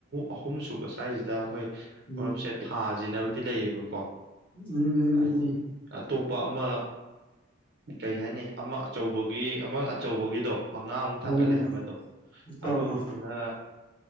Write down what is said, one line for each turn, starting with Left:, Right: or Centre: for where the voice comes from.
Right: ꯑꯍꯨꯝ ꯁꯨꯕ ꯁ꯭ꯋꯥꯏꯁꯤꯗ ꯑꯩꯈꯣꯏ
Left: ꯎꯝ
Right: ꯃꯔꯨꯞꯁꯦ ꯊꯥꯁꯤꯅꯕꯗꯤ ꯂꯩꯌꯦꯕꯀꯣ
Left: ꯎꯝ
Right: ꯍꯥꯏꯗꯤ ꯑꯇꯣꯞꯄ ꯑꯃ ꯀꯩ ꯍꯥꯏꯅꯤ ꯑꯃ ꯑꯆꯧꯕꯒꯤ ꯑꯃ ꯑꯆꯧꯕꯒꯤꯗꯣ ꯃꯉꯥꯃꯨꯛ ꯊꯥꯡꯒꯠꯂꯦ
Left: ꯎꯝ
Right: ꯍꯥꯏꯕꯗꯣ
Left: ꯎꯝ ꯎꯝ ꯑꯥ
Right: ꯑꯗꯨꯒꯤꯗꯨꯅ
Left: ꯑꯥ